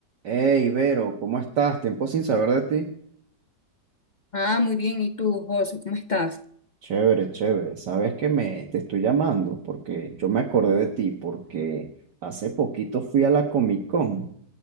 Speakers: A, on the right (about 65°); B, on the left (about 70°).
A: Hey, Vero, ¿cómo estás? Tiempo sin saber de ti.
B: Ah, muy bien. ¿Y tú, Josu, cómo estás?
A: Chévere, chévere. Sabes que me te estoy llamando porque yo me acordé de ti porque hace poquito fui a la Comic Con